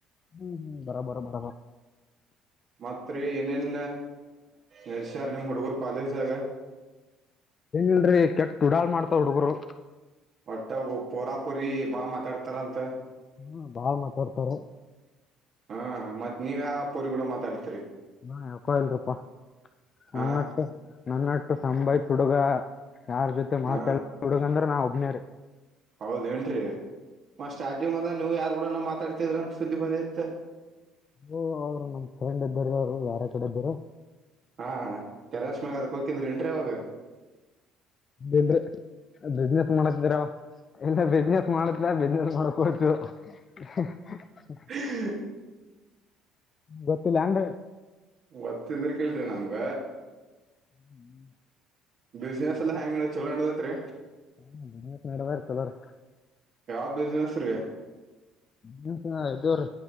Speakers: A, on the left (about 35°); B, on the right (about 50°).
A: ಹುಂ ಹುಂ ಬರಬರ ಬಾ
B: ಮತ್ರಿ ಏನೇನ್ ನಡಸ್ಯಾರ ನಿಮ್ ಹುಡುಗರ್ ಕಾಲೇಜನಾಗ
A: ಇಲ್ರರಿ ಕೆಟ್ಟ ಉಡಾಳ್ ಮಾಡ್ತವ್ ಹುಡುಗರು.
B: ಒಟ್ಟ ಒಬ್ಬ ಪೂರಾ ಪೋರಿ ಬಾಳ ಮಾತಾಡ್ತಾರಂತ.
A: ಹ್ ಬಾಳ್ ಮಾತಾಡ್ತಾರ
B: ಹ ಮತ್ ನೀವ ಯಾವ ಪೋರಿ ಗುಡ ಮಾತಾಡ್ತಿರಿ
A: ಹಾ ಯಾಕೋ ಇಲ್ರಪ್ಪಾ
B: ಹಾ
A: ನನ್ನಟ್ಟ ನನ್ನಟ್ಟ ಸಂಭಾಯ್ತ ಹುಡುಗಾ ಯಾರ್ ಜೊತೆ
B: ಹಾ
A: ಮಾತಾಡ ಹುಡುಗ ಅಂದ್ರ ನಾ ಒಬ್ಬನೇ ರೀ
B: ಹೌದ ಏನ್ರೀ ಮತ್ ಸ್ಟಾರಜಿಂಗ ಬಂದಾಗ ನೀವು ಯಾರ್ ಕೂಡನ ಮಾತಾಡ್ತಿದ್ರ ಅಂತ ಸುದ್ದಿ ಬಂದಿತ್ತ
A: ಓ ಅವ್ರು ನಮ್ ಫ್ರೆಂಡ್ ಇದ್ದರು ಅವ್ರು ಯಾರ ಕಡೆ ಇದ್ದರು
B: ಹಾ ಟೆರೆಸ್ ಮ್ಯಾಗ್ ಅದಕ್ ಹೋಗಿದ್ರಿ ಎನ್ರೀ ಅವಾಗ
A: ಊಟ ರೀ ಬಿಸ್ನೆಸ್ ಮಾಡತರ ಇಲ್ಲ ಬಿಸ್ನೆಸ್ ಮಾಡತ್ ಬಿಸ್ನೆಸ್ ಮಾಡಕ್ತು <inaudible>
B: ಹ್
A: ಗೊತ್ತಿಲ್ಲಾ ಅಂದೆ
B: ಒತ್ತ ಇದ್ರಕಲ್ರಿ ನಮಗ
A: ಹ್ಮ್
B: ಬಿಸ್ನೆಸ್ ಎಲಾ ಹೆಂಗ ನಡೈತ ಚಲೋ ನಡದೈತ್ರಿ
A: ಹ್ ನಡ್ದಾರಿ ಚಲೋ ರಿ
B: ಯಾವ ಬಿಸ್ನೆಸ್ ರೀ
A: ನೀನ್ ಇದ್ದವ್ರೀ